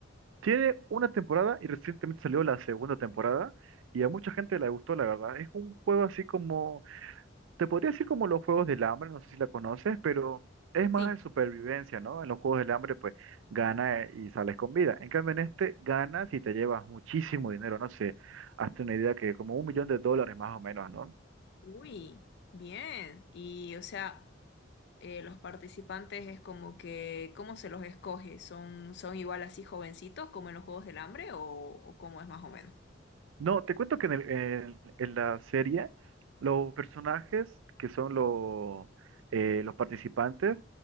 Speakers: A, on the right; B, on the left.
A: Tiene una temporada y recientemente salió la segunda temporada y a mucha gente le gustó, la verdad. Es un juego así como Te podría decir como los Juegos del Hambre, no sé si la conoces, pero es
B: Sí.
A: más de supervivencia, ¿no? En los Juegos del Hambre, pues gana eh, y sales con vida. En cambio, en este ganas y te llevas muchísimo dinero, no sé, hazte una idea que como un millón de dólares más o menos, ¿no?
B: Uy, bien. Y o sea, eh, los participantes es como que, ¿cómo se los escoge? ¿Son, son igual así jovencitos como en los Juegos del Hambre o, o cómo es más o menos?
A: No, te cuento que en, el- en- en la serie los personajes que son los eh, los participantes,